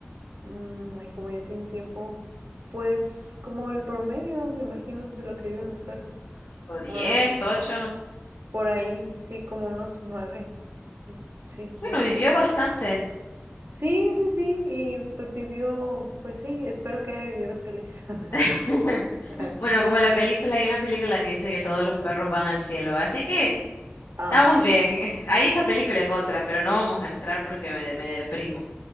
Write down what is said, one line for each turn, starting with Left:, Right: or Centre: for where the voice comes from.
Right: Mm, ay, como ya tiene tiempo, pues como el promedio, me imagino, de lo que viven los perros.
Left: ¿Tipo 10,
Right: Unos
Left: 8?
Right: por ahí, sí, como unos nueve. yo- sí,
Left: Bueno,
Right: más
Left: vivió
Right: o menos.
Left: bastante.
Right: Sí, sí, sí, y pues vivió, pues sí, espero que haya vivido feliz.
Left: <laughs>
Right: <laughs>
Left: Bueno, como en la película, hay una película que dice que todos los perros van al cielo, así que
Right: Ay,
Left: estamos bien.
Right: sí.
Left: <laughs> Ahí esa película es otra, pero no vamos a entrar porque me, me deprimo.